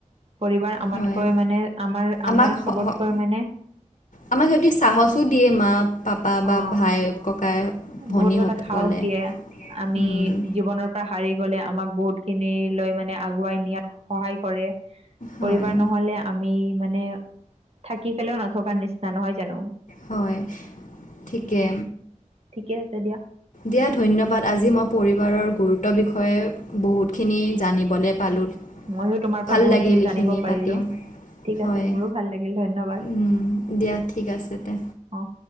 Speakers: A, on the right; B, on the left.
A: পৰিবাৰ আমাতকৈ
B: হয়
A: মানে আমাৰ আমাৰ
B: আমাক স-
A: চবতকৈ
B: স-
A: মানে
B: আমাক যদি চাহসো দিয়ে মাক পাপা বা
A: অ
B: ভাই, ককাই ভনীহঁত
A: বহুত কথাত সাহস
B: ক'লে,
A: দিয়ে আমি
B: উম, উম।
A: জীৱনৰ পৰা হাৰি গ'লে আমাক বহুতখিনিলৈ মানে আগুৱাই নিয়াত সহায় কৰে।
B: হয়
A: পৰিবাৰ নহ'লে আমি মানে থাকি পেলেও নথকাৰ নিচিনা নহয় জানো?
B: হয় ঠিকে।
A: ঠিকে আছে দিয়া।
B: দিয়া ধন্যবাদ। আজি মই পৰিবাৰৰ গুৰুত্বৰ বিষয়ে বহুতখিনি জানিবলৈ পালোঁ।
A: মইয়ো তোমাৰ
B: ভাল
A: পৰা বহুতখিনি
B: লাগিল
A: জানিব
B: এইখিনি
A: পৰিলোঁ।
B: পাতিম
A: ঠিক
B: হয়
A: আছে মোৰো ভাল লাগিল, ধন্যবাদ।
B: উম, দিয়া ঠিক আছে তে।
A: অ